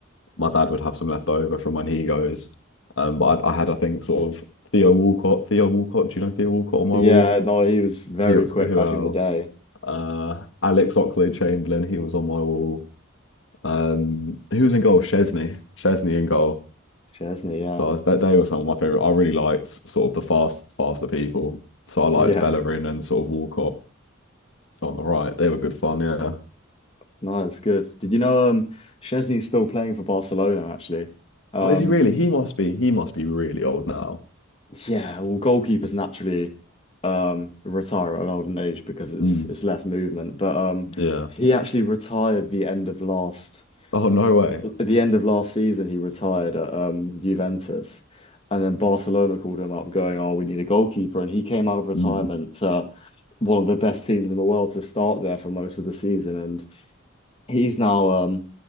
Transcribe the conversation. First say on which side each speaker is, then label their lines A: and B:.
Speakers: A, on the left; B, on the left.
A: my dad would have some left over from when he goes. Um, but I, I had I think sort of Theo Walcott, Theo Walcott. Do you know Theo Walcott on my
B: Yeah,
A: wall?
B: no, he was very
A: He was
B: quick
A: who
B: back
A: else?
B: in the day.
A: Uh, Alex Oxlade-Chamberlain. He was on my wall. Um, who was in goal? Chesney, Chesney in goal.
B: Chesney, yeah.
A: So I was, they, they were some of my favorite. I really liked sort of the fast, faster people. So I liked
B: Yeah.
A: Bellerin and sort of Walcott on the right. They were good fun, yeah.
B: No, it's good. Did you know um Chesney's still playing for Barcelona actually? Um
A: Oh, is he really? He must be. He must be really old now.
B: yeah, well goalkeepers naturally um retire at an older age because it's
A: Mm,
B: it's less movement. But um
A: yeah.
B: he actually retired the end of last
A: Oh, no way.
B: at the end of last season, he retired at um, Juventus, and then Barcelona called him up, going, "Oh, we need a goalkeeper," and he came out of retirement
A: Mm.
B: to uh, one of the best teams in the world to start there for most of the season, and he's now um,